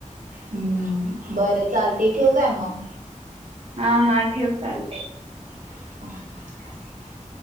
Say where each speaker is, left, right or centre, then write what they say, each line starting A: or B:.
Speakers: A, on the right; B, on the right.
A: हम्म बरं चालते ठेव काय मग?
B: हा हा ठेव चालतय.
A: ह. <unintelligible>